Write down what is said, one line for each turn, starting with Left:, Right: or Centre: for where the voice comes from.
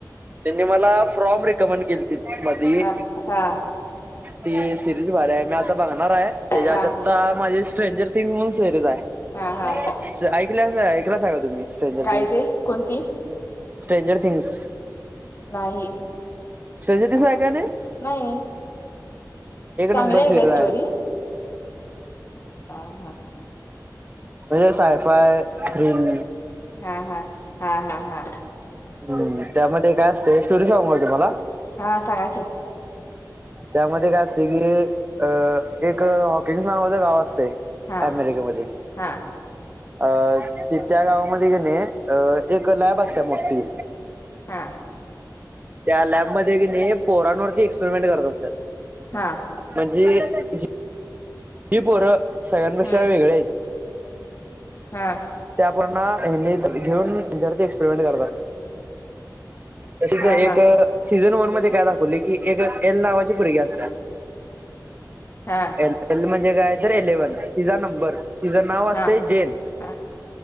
Right: त्यांनी मला फरोर्म रिकमेंड केलती मधी
Left: हा हा
Right: ती सिरीज भरी आहे मी आता बघणार आहे. त्याच्यात
Left: हा
Right: आता
Left: हा
Right: माझी स्ट्रेंजर थिंग म्हणून सेरीज आहे
Left: हा हा
Right: ऐकल्याव ऐकल्या सांगा तुम्ही स्ट्रेंजर
Left: काय
Right: थिंग्स
Left: ते कोणती
Right: स्ट्रेंजर थिंग्स
Left: नाही
Right: सदोतीस आहे काय नाय?
Left: नाही चांगले
Right: नंबर
Left: आहे
Right: सिरीज
Left: काय स्टोरी हा हा.
Right: म्हणजेच हायफाय रील
Left: हा हा हा हा हा
Right: हम्म त्यामध्ये काय असते, स्टोरी सांगु का तुम्हाला.
Left: हा सांगा की.
Right: त्यामध्ये काय असते की, अ एक हॉकिंग्स नावाचं गाव असते.
Left: हा
Right: अमेरिकेमध्ये
Left: हा
Right: अ ती त्या गावामध्ये कि नाही अ एक लॅब असते मोठी.
Left: हा
Right: त्या लॅबमध्येध्ये की नाही, पोरांवररती एक्सपेरिमेंट करत असतात.
Left: हा
Right: म्हणजे जी पोर सगळ्यांपेक्षा
Left: हम्म
Right: वेगळे आहेत
Left: हा
Right: त्या पोरांना ने घेऊन जर ते एक्सपेरिमेंट करतात. तशीच
Left: हा
Right: एक
Left: हा
Right: सीझन वन मध्ये काय दाखवले की, एक एल नावाची पोरगी असते.
Left: हा
Right: ए एल म्हणजे काय तर इलेव्हन. तिचा नंबर, तिच नाव असतय
Left: हा
Right: जेन.
Left: हा